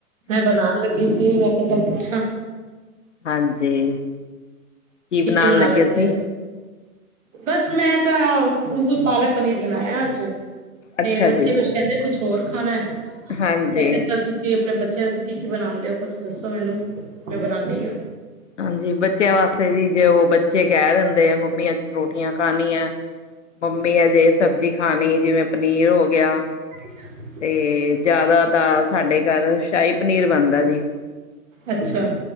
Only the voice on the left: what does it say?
ਹਾਂਜੀ ਕੀ ਬਨਾਣ
ਲੱਗੇ
ਸੀ।
ਅੱਛਾ
ਜੀ।
ਹਾਂਜੀ।
ਹਾਂਜੀ ਬੱਚੇਆਂ ਵਾਸਤੇ ਜੀ ਜੇ ਉ ਬੱਚੇ ਕਹ ਦੇਂਦੇ ਏ ਮੰਮੀ ਆੱਜ ਪਰੋਠੀਆਂ ਖਾਣੀਆਂ। ਮੰਮੀ ਆੱਜ ਏ ਸਬਜ਼ੀ ਖਾਣੀ ਜਿਵੇਂ ਪਨੀਰ ਹੋ ਗੇਆ।
ਤੇ ਜੇਆਦਾ ਤਾਂ ਸਾਡੇ ਘਾਰ ਸ਼ਾਈ ਪਨੀਰ ਬਣਦਾ ਜੀ।